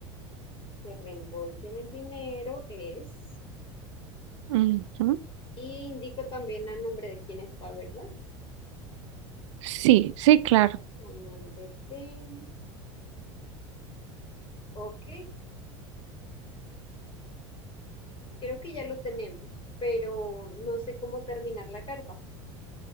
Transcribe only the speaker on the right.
Ujú.
Sí, sí, claro.